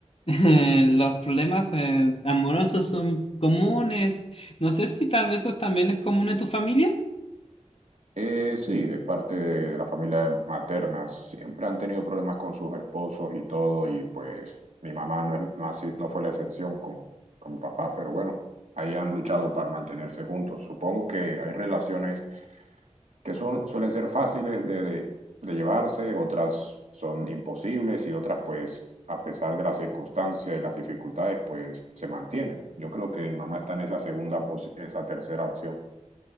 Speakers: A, on the left (about 50°); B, on the right (about 75°).
A: <laughs> los problemas eh, amorosos son comunes. No sé si tal vez eso también es común en tu familia.
B: Eh, sí, de parte de la familia materna, siempre han tenido problemas con sus esposos y todo, y pues mi mamá no, es- no, ha sido- no fue la excepción con, con mi papá, pero bueno, ahí han luchado para mantenerse juntos. Supongo que hay relaciones que son, suelen ser fáciles de, de, de llevarse, otras son imposibles y otras pues a pesar de las circunstancias y las dificultades pues se mantienen. Yo creo que mi mamá está en esa segunda, pos- esa tercera opción.